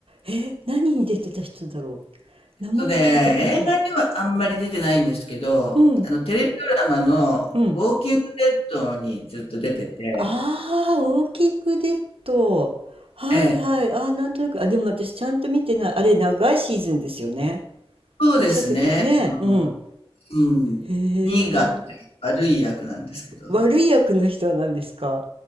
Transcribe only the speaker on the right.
え、何に出てた人だろう名前聞いたことあるか
なうん、
うん。ああ、ウォーキングデッド。はいはい。
ああ、なんとなく。あ、でも私ちゃんと見てない。あれ、長いシーズンですよね。
あ、違ったっけねえ、
うん。
へえ。
悪い役の人なんですか